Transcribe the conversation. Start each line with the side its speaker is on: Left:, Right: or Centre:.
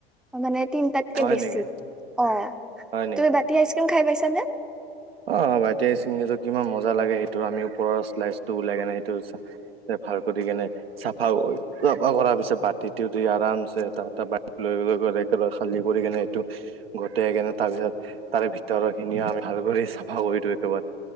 Centre: মানে। তিনটাতকে
Right: হয়
Centre: বেছি,
Right: নেকি
Centre: অ তুমি
Right: হয় নেকি
Centre: বাতি আইচক্ৰীম খাই পাইছ। <unintelligible>
Right: অ, বাতি আইচক্ৰীঁম খাইছো কিমান মজা লাগে সেইটো আমি ওপৰৰ্লাইটো উওলাই কেনে সেইটো ভাল কৰি কেনে চাফা কৰ পিছত বাতি দি আৰাম ত লৈ খালি কৰি কেনে সেইটো গোট কেনে তাৰ পিছত তাৰে ভিতৰ খিনি আমি ভাল কৰি। চাফা কৰি দিও একেবাৰে